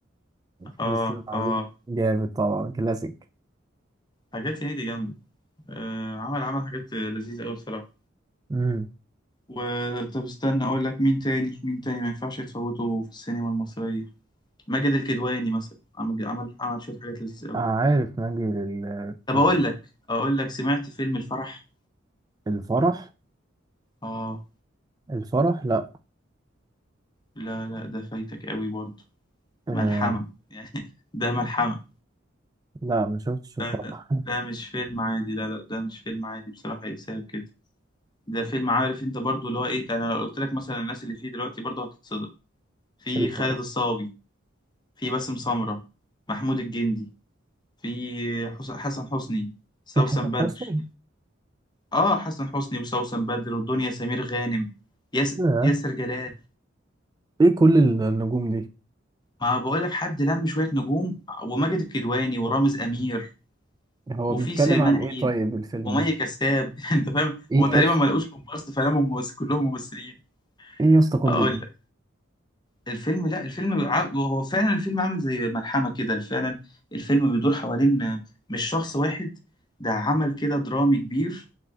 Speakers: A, on the left (about 20°); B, on the right (about 20°).
A: اه
B: فول الصين العظيم
A: اه
B: جامد طبعا كلاسيك
A: حاجات هنيدي جامده آه، عمل عمل حاجات لذيذه قوي بصراحه
B: امم
A: و طب استنى اقول لك مين تاني مين تاني ما ينفعش يتفوته في السينما المصرية ماجد الكدواني مثلا عمل عمل عمل شوية حاجات لذيذة قوي
B: عارف نجي للقمة
A: طب اقول لك اقول لك سمعت فيلم الفرح
B: الفرح
A: اه
B: الفرح لا
A: لا لا ده فايتك قوي برضه
B: آه
A: ملحمة يعني <laughs> ده ملحمة
B: لا ما شفتش الفرح
A: ده ده ده مش فيلم عادي لا لا ده مش فيلم عادي بصراحة يتساب كده ده فيلم عارف انت برضه اللي هو ايه ده انا لو قلت لك مثلا الناس اللي فيه دلوقتي برضه هتتصدم في
B: الفرح
A: خالد الصاوي في باسم سمرة محمود الجندي في حس- حسن حسني سوسن
B: في حسن
A: بدر
B: حسني
A: اه حسن حسني وسوسن بدر ودنيا سمير غانم ياس
B: لا.
A: ياسر جلال
B: ايه كل النجوم دي
A: ما بقول لك حد لم شويه نجوم وماجد الكدواني ورامز امير
B: هو
A: وفي
B: بيتكلم
A: سليمان
B: عن ايه
A: عيد
B: طيب الفيلم
A: ومي
B: ده
A: كساب <laughs> انت فاهم
B: ايه
A: هما تقريبا
B: يا اسطى
A: ما لقوش كومبارس فلموا ممثل كلهم ممثلين
B: ايه يا اسطى كل
A: اقول
B: ده
A: لك الفيلم لا الفيلم ع- هو فعلا الفيلم عامل زي ملحمه كده فعلا الفيلم بيدور حوالين مش شخص واحد ده عمل كده درامي كبير